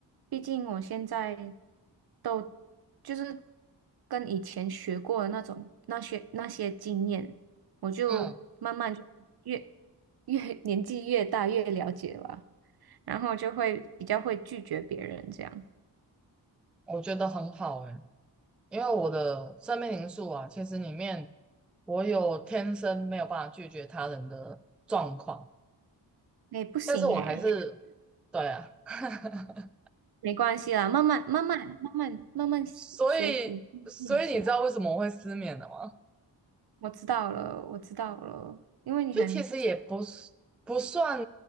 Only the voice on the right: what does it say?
毕竟我现在都就是跟以前学过的那种那些那些经验，我就慢慢就越
越年纪越大越了解吧，然后就会比较会拒绝别人这样。
哎，不行哎，
没关系啦，慢慢慢慢慢慢慢慢学习练起来。
我知道了，我知道了，因为你很